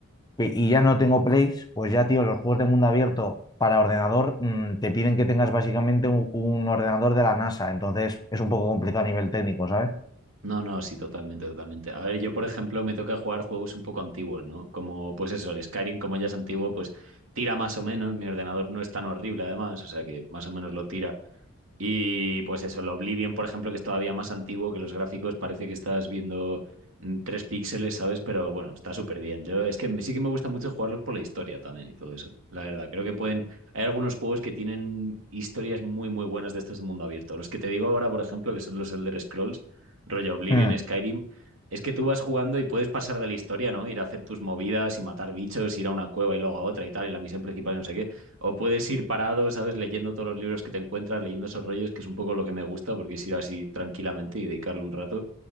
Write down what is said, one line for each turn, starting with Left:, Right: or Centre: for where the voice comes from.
Left: y y ya no tengo plays, pues ya, tío, los juegos de mundo abierto para ordenador mm, te piden que tengas básicamente un, un ordenador de la NASA, entonces es un poco complicado a nivel técnico, ¿sabes?
Right: No, no, sí, totalmente, totalmente. A ver, yo, por ejemplo, me toca jugar juegos un poco antiguos, ¿no? Como, pues eso, el Skyrim, como ya es antiguo, pues tira más o menos. Mi ordenador no es tan horrible, además, o sea que más o menos lo tira. Y pues eso, el Oblivion, por ejemplo, que es todavía más antiguo que los gráficos, parece que estás viendo mm, tres píxeles, ¿sabes? Pero bueno, está súper bien. Yo es que me- sí que me gusta mucho jugarlos por la historia también y todo eso. La verdad, creo que pueden. Hay algunos juegos que tienen historias muy, muy buenas de estos de mundo abierto. Los que te digo ahora, por ejemplo, que son los Elder Scrolls, rollo Oblivion,
Left: Mm.
Right: Skyrim, es que tú vas jugando y puedes pasar de la historia, ¿no? Ir a hacer tus movidas y matar bichos, ir a una cueva y luego a otra y tal, y la misión principal y no sé qué o puedes ir parado, ¿sabes? Leyendo todos los libros que te encuentras, leyendo esos rollos, que es un poco lo que me gusta, porque es ir así tranquilamente y dedicarle un rato.